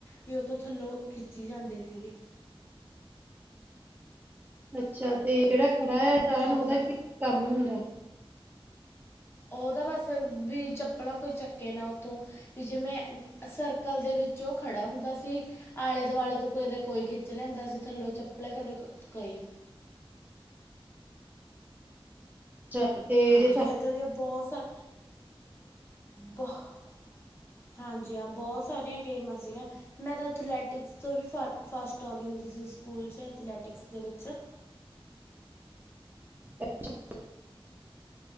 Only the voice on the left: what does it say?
ਵੀ ਉਹ ਤੋ ਥੱਲੋ ਖਿੱਚੀ ਜਾਂਦੇ ਸੀਗੇ।
ਥੱਲੋਂ
ਉਹਦਾ ਬਸ ਵੀ ਚੱਪਲਾ ਕੋਈ ਚੱਕੇ ਨਾ ਉੱਥੇ। ਵੀ ਜਿਵੇਂ ਸਰਕਲ ਦੇ ਵਿੱਚ ਖੜਾ ਹੁੰਦਾ ਸੀ। ਆਲੇ ਦੁਆਲੇ ਤੋ ਕਦੇ ਕੋਈ ਖਿੱਚ ਲੈਂਦਾ ਸੀ ਥੱਲੋ ਚੱਪਲ ਕਦੇ ਕੋਈ।
ਹਾਂਜੀ
ਇਦਾਂ ਦੀਆਂ ਬਹੁਤ ਸਾ ਬਹੁ- ਹਾਂਜੀ ਹਾਂ ਬੌਤ ਸਾਰੀਆ ਗੇਮਾ ਸੀਗਾ। ਮੈਂ ਤਾਂ ਅਥਲੈਟਿਕਸ ਤੋਂ ਵੀ ਫ ਫਾਸਟ ਓਨਦੀ ਹੁੰਦੀ ਸੀ ਸਕੂਲ ਚ ਅਥਲੈਟਿਕਸ ਦੇ ਵਿੱਚ।